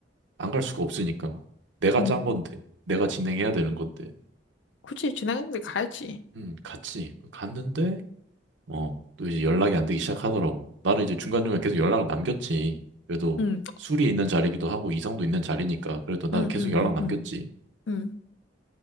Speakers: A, on the right; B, on the left.
A: 안 갈 수가 없으니까. 내가
B: 응.
A: 짠 건데, 내가 진행해야 되는 건데.
B: 그치. 진행했는데 가야지.
A: 음, 갔지. 갔는데, 어, 또 이제 연락이 안 되기 시작하더라고. 나는 이제 중간중간 계속 연락을 남겼지. 그래도
B: 응,
A: 술이 있는 자리기도 하고 이성도 있는 자리니까 그래도 난
B: 응,
A: 계속
B: 응,
A: 연락
B: 응,
A: 남겼지.
B: 응. 응.